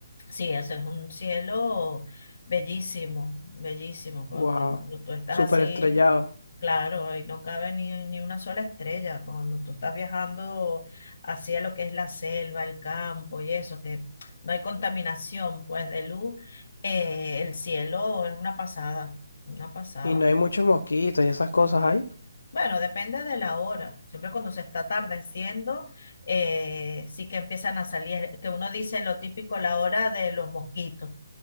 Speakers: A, on the left (about 60°); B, on the left (about 80°).
A: Sí, eso es un cielo bellísimo, bellísimo, porque
B: Wow.
A: cuando tú estás
B: Súper
A: así,
B: estrellado.
A: claro, ahí no cabe ni, ni una sola estrella, cuando tú estás viajando hacia lo que es la selva, el campo y eso, que no hay contaminación, pues de luz, eh, el cielo es una pasada, una pasada.
B: Y no hay muchos mosquitos y esas cosas ahí,
A: Bueno, depende de la hora. Siempre cuando se está atardeciendo, eh, sí que empiezan a salir, que uno dice lo típico, la hora de los mosquitos